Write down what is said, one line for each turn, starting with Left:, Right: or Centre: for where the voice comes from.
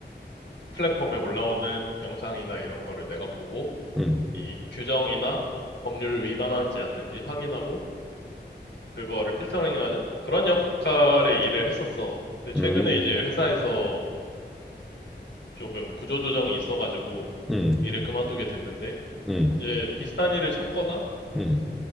Left: 플랫폼에 올라오는 영상이나 이런 거를 내가 보고
Centre: 음,
Left: 이 규정이나 법률을 위반하지 않는지 확인하고 그거를 필터링하는 그런 역할의 일을 했었어. 근데 최근에
Centre: 음,
Left: 이제 회사에서 조금 구조조정이 있어가지고
Centre: 음,
Left: 일을 그만두게 됐는데
Centre: 음,
Left: 이제 비슷한 일을 찾거나
Centre: 음,